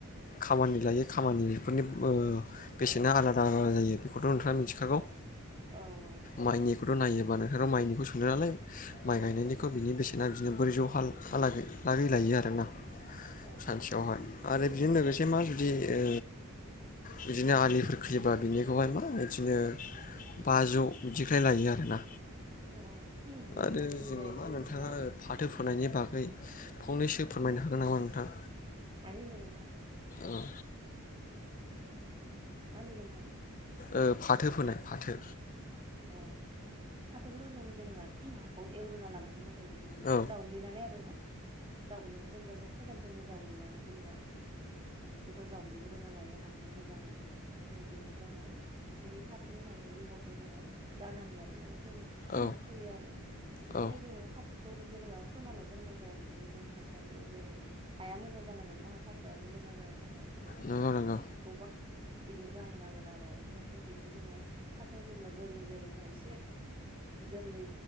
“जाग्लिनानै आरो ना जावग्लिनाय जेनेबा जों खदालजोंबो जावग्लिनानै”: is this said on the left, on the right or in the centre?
Right